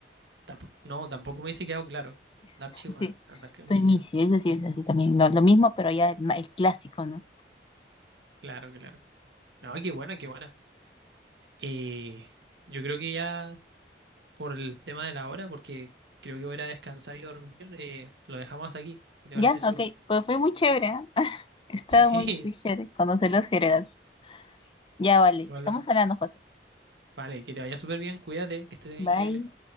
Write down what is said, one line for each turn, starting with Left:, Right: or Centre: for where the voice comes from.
Right: tampo- no, tampoco me hubiese quedado claro. Andar chihuahua,
Left: Sí,
Right: andar camiso.
Left: estoy misio, eso sí es así también. Lo, lo mismo, pero ya el, ma- el clásico, ¿no?
Right: Claro, claro. No, qué buena, qué buena. Eh, yo creo que ya por el tema de la hora, porque creo que voy a ir a descansar y dormir, eh, lo dejamos hasta aquí. ¿Qué te
Left: Ya,
Right: parece, Zuli?
Left: ok, pues fue muy chévere, ¿ah? <laughs> Estaba
Right: <laughs>
Left: muy,
Right: Sí,
Left: muy chévere conocer los jergas. Ya, vale,
Right: vale.
Left: estamos hablando, José.
Right: Vale, que te vaya súper bien, cuídate, que estés
Left: Bye.
Right: increíble.